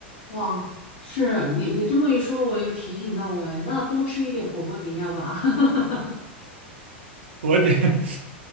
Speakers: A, on the left; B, on the right.
A: 哇，是你你这么一说，我又提醒到我哎，那多吃一点火锅底料吧。<laughs>
B: 我得 <laughs>